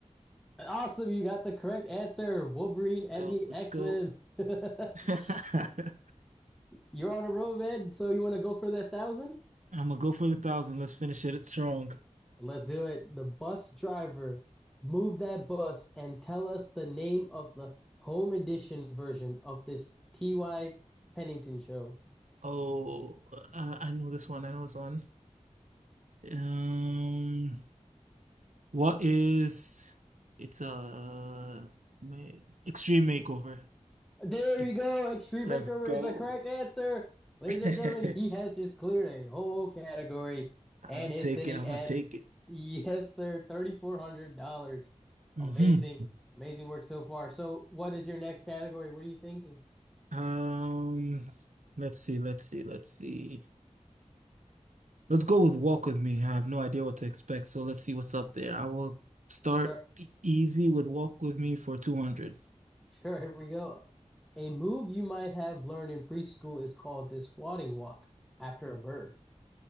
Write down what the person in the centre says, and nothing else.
And Awesome, you got the correct answer. Wolverine
and
the
X-Men.
<laughs>
You're on a roll, Ed, so you want to go for that thousand?
Let's do it. The bus driver, move that bus and tell us the name of the home edition version of this T.Y. Pennington show.
There
you go. Extreme
Makeover
is the correct answer. Ladies
and gentlemen, he
has just cleared a whole category and
is
sitting
at,
yes, sir, $3,400.
Amazing. Amazing work so far. So, what is your next category? What are you thinking?
Sure.
Sure. Here we go. A move you might have learned in preschool is called the squatting walk after a bird.